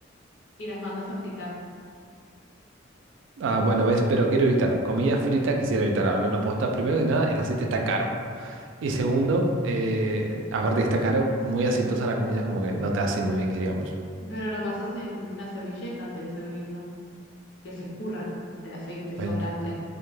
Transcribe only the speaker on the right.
Ah, bueno, ves, pero quiero evitar. Comida frita quisiera evitar, hablando posta. Primero que nada, el aceite está caro. Y segundo, eh, aparte que está caro, muy aceitosa la comida, como que no te hace muy bien que digamos.
Bueno,